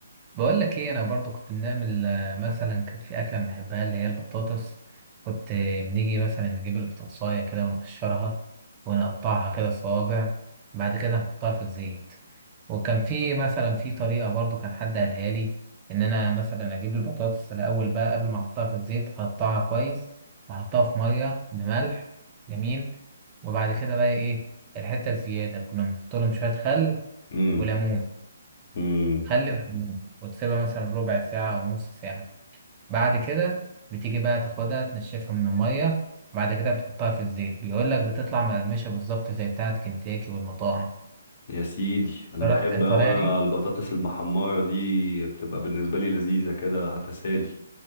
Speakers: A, on the right; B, on the left.
A: بقول لك ايه انا برضو كنت بنعمل آه، مثلا كانت في اكله بنحبها اللي هي البطاطس كنت آه، بنيجي مثلا نجيب البطاطسايه كده ونقشرها ونقطعها كده صوابع بعد كده نحطها في الزيت وكان في مثلا في طريقه برضو كان حد قالها لي ان انا مثلا اجيب البطاطس الاول بقى قبل ما احطها في الزيت اقطعها كويس واحطها في ميه بملح جميل وبعد كده بقى ايه الحته الزياده كنا بنحط لهم شويه خل
B: امم
A: وليمون
B: امم
A: خلي بالليمون وتسيبها مثلا ربع ساعة أو نص ساعة بعد كده بتيجي بقى تاخدها تنشفها من المية بعد كده بتحطها في الزيت بيقول لك بتطلع مقرمشة بالظبط زي بتاعة كنتاكي والمطاعم
B: يا سيدي انا
A: جربت
B: بحب
A: الطريقة
B: اوي انا
A: دي
B: البطاطس المحمرة دي بتبقى بالنسبة لي لذيذة كده تسالي